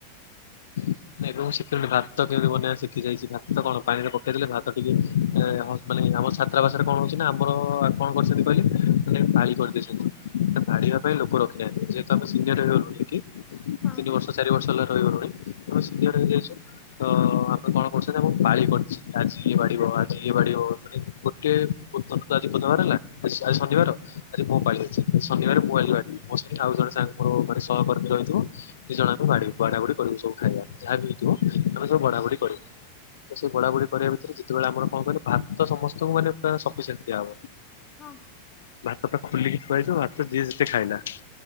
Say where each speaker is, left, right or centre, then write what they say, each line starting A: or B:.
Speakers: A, on the left; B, on the left.
A: <inaudible> ଏବେ ମୁଁ ଶିଖିଲି ଣି ଭାତ କେମିତି ବନେଇବା ଶିଖି ଯାଇଛି ଭାତ କଣ ପାଣିରେ ପକେଇ ଦେେଲେ ଭାତ ଟିକେହଁ। ମାନେ ଆମର ଛାତ୍ରା ବାଷରେ କଣ ହଉଛି ନା ଆମର କଣ କରିଛନ୍ତି କହିଲେ ମାନେ ପାଳି କରିଦେଇଛନ୍ତି। ବାଢିବାପାଇଁ ଲୋକ ରଖିନାହାନ୍ତି ଯେହେତୁ ଆମେ ସିନିର ହେଇଗଲୁଣି। ତିନି
B: ହଁ
A: ବର୍ଷ ଚାରି ବର୍ଷ ହେଲା ରହିଗଲୁଣି ଆମେ ସିନିଅର ହେଇଯାଇଛୁ। ତ ଆମେ କଣ କରିଛୁନା ମୁଁ ପାଳି କରିଚୁ ଆଜି ଇଏ ବାଢିବ,, ଆଜି ଇଏ ବାଢିବ ଗୋଟିଏ। ବୁ ତ ଆଜି ବୁଧବାର ହେଲା ଆଜି ଶନିବାର ଆଜି ମୋ ପାଳି ହେଇଚି ଶନିବାର ମୁଁ ଆଜିବାଢିମି। ବସିଲି ଆଉ ଜଣେ ସାଙ୍ଗ ମାନେ ସହକର୍ମୀ ଜଣେ ଥିବ ଦିଜଣଜାକ ବାଢିମୁ ବଢା ବଢି କରି ମୁ ସବୁ। ଖାଇବା ଯାହାବି ହେଇଥିବ ଆମେସବୁ ବଢାବଢି କରିମୁ ତ ସେଇ ବଢାବଢି
B: ଆଚ୍ଛା
A: କରିବା ସେତେବେଳେ ଆପଣ କଣ କହିଲେ ଭାତ ସମସ୍ତଙ୍କୁ ମାନେ ପୁରା ସଫିସେଣ୍ଟ୍ ଦିଆହବ।
B: ହଁ।
A: ଭାତ ଟା ଖୋଲିକି ଥୁଆହେଇଥିବ ଭାତ ଯିଏ ଯେତେ ଖାଇଲା।